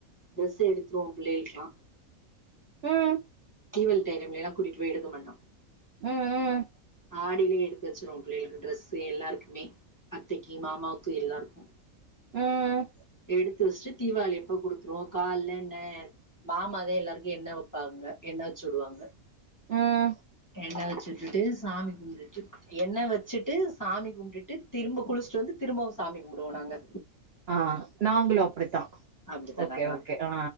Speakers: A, on the left; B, on the right.
A: ட்ரெஸ் எடுத்துருவோ பிள்ளைகளுக்லா
B: உம்.........
A: தீபாளி டைம் இல்லலைல்லாம் கூட்டிட்டு போய்டு எடுக்க மாட்டோ
B: ம் ம்
A: ஆடிலேயே எடுத்து வச்சுருவோ பிள்ளைகளுக்கு ட்ரெஸ்ஸு எல்லாருக்குமே அத்தைக்கு மாமாவுக்கு எல்லாருக்கு
B: ம்
A: எடுத்து வஸ்டு தீபாவளி அப்ப குடுத்துருவோ கால்ல நெ.. மாமதா எல்லாருக்கு எண்ண வைவப்பாங்க என்ன வச்சு விடுவாங்க.
B: ம்.
A: எண்ணெ வச்சுட்டுட்டு சாமி கும்டுட்டு எண்ணெ வச்சுட்டு சாமி கும்டுட்டு திரும்ப குளிச்சுட்டு வந்து திரும்பவு சாமி கும்டுவோ நாங்க
B: ஆ நாங்களு அப்டித்தா
A: அப்டித்தான்டாமா
B: ஓகே ஓகே ஆ